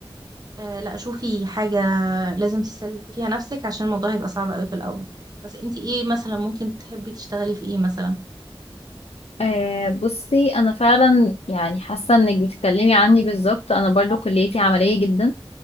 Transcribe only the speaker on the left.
آه بصي انا فعلا يعني حاسه انك بتتكلمي عني بالظبط انا برضو كليتي عمليه جدا